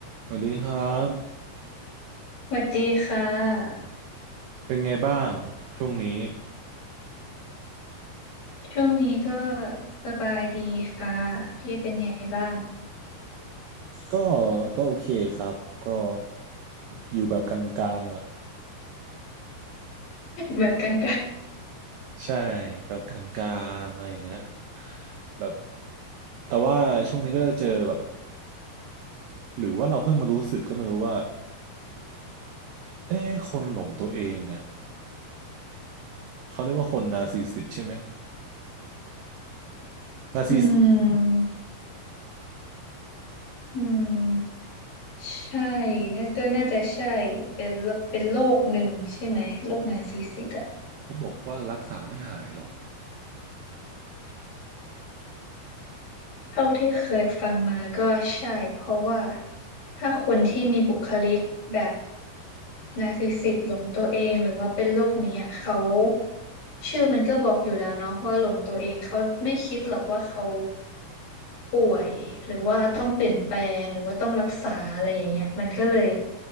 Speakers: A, on the right; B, on the left.
A: สวัสดีครับ
B: สวัสดีค่ะ
A: เป็นไงบ้างช่วงนี้
B: ช่วงนี้ก็สบายดีค่ะพี่เป็นไงบ้าง
A: ก็ก็โอเคครับก็อยู่แบบกลางๆอ่ะ
B: แบบกลาง
A: ใช่แบบกลางๆอะไรอย่างเงี้ยแบบแต่ว่าช่วงนี้ก็จะเจอแบบหรือว่าเราเพิ่งมารู้สึกก็ไม่รู้ว่าเอ๊ะคนหลงตัวเองเนี่ยเขาเรียกว่าคนนาร์ซิสซิสตใช่ไหม
B: ๆ
A: นาร์ซิสซิสต
B: <laughs> อืมอืมใช่น่าก็น่าจะใช่เป็นโรเป็นโรคหนึ่งใช่ไหมโรคนาร์ซิสซิสต์อะ
A: เขาบอกว่ารักษาไม่หายหรอก
B: เท่าที่เคยฟังมาก็ใช่เพราะว่าถ้าคนที่มีบุคลิกแบบนาร์ซิสซิสต์หลงตัวเองหรือว่าเป็นโรคนี้อะเขาชื่อมันก็บอกอยู่แล้วเนาะว่าหลงตัวเองเขาไม่คิดหรอกว่าเขา ป่วยหรือว่าต้องเปลี่ยนแปลงหรือว่าต้องรักษาอะไรอย่างเงี้ยมันก็เลย